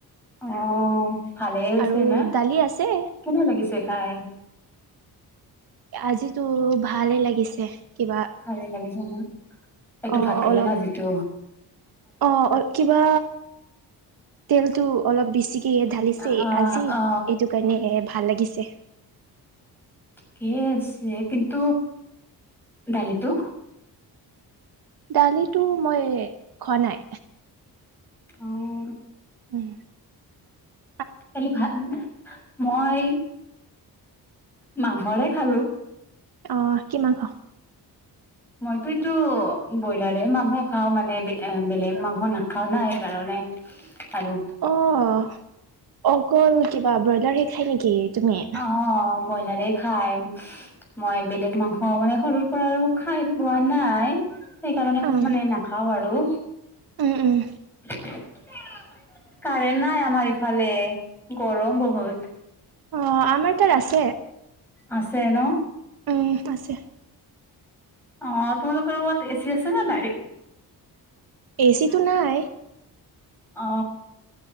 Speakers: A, in the centre; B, on the right.
A: অ' ভালেই হৈছে
B: আৰু
A: না?
B: দালি আছে
A: কেনে লাগিছে খাই?
B: আজিতো ভালে লাগিছে। কিবা
A: ভালে লাগিছে ন এইটো
B: অ'
A: ভাতকেৰেলা
B: অলপ
A: ভাজিটো
B: অ', অ' কিবা তেলটো অলপ বেছিকে ঢালিছে
A: অ
B: আজি
A: অ অ
B: এইটো কাৰণে ভাল লাগিছে।
A: কিয়ে আছে কিন্তু দালিটো?
B: দালিটো মই খোৱা নাই।
A: অ'।
B: <inaudible>
A: খালি ভা, মই মাংসৰে খালোঁ।
B: অ' কি মাংস?
A: মইতো এইটো ব্ৰইলাৰে মাংস খাওঁ মানে বে-বেলেগ মাংস নাখাওঁ না সেইকাৰণে। আৰু?
B: অ' অকল কিবা ব্ৰইলাৰহে খাই নেকি তুমি?
A: অ' বইলাৰে খায়। মই বেলেগ মাংস মানে সৰুৰ পৰা আৰু খাই পোৱা নাই। সেইকাৰণে
B: উম,
A: মানে নাখাওঁ আৰু।
B: উম, উম।
A: কাৰেণ্ট নাই আমাৰ ইফালে, গৰম বহুত।
B: অ' আমাৰ তাত আছে।
A: আছে ন'?
B: উম, আছে।
A: অ' তোমালোকৰ ৰুমত এচি আছে নে নাই?
B: এ চিটো নাই।
A: অ